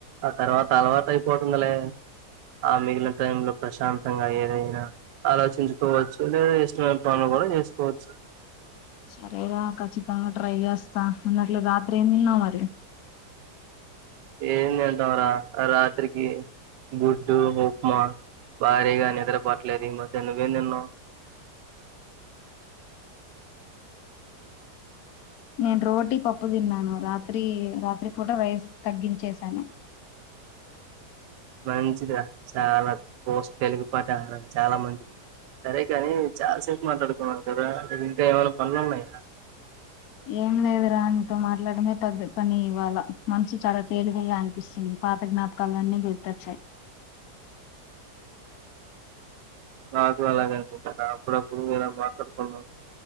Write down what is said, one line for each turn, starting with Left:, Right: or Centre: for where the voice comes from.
Right: ఆ తర్వాత అలవాట్ అయిపోతుందిలే ఆ మిగిలిన టైమ్లో ప్రశాంతంగా ఏదైనా ఆలోచించుకోవచ్చు లేదా ఇష్టమైన పనులు కూడ చేసుకోవచ్చు
Left: సరేర ఖచ్చితంగా ట్రై చేస్తా అన్నట్లు రాత్రి ఏం తిన్నావ్ మరి
Right: ఏం తింటామ్రా రాత్రికి గుడ్డు ఉప్మా భారీగ నిద్ర పట్లేదు ఈ మధ్యన్నగే నిన్న
Left: నేను రోటీ పప్పు తిన్నాను రాత్రి రాత్రి పూట రైస్ తగ్గించేసాను
Right: మంచిది చాలా కోస తెలుగు పాట నాక్ చాలా మంచిది సరే కాని చాల సేపు మాట్లాడుకున్నాము కదా అ ఇంకా ఏమైన పనులు ఉన్నాయా
Left: ఏం లేదు రా నితో మాట్లాడమే పెద్ద పని ఇవ్వాల మనసు చాల తేలికగా అనిపిస్తుంది పాత జ్ఞాపకాలు అన్నీ గుర్తొచ్చాయి
Right: నాకు అలాగె అనిపించింది నాక్కుడ అప్పుడుప్పుడులా మాక్కడుకున్నా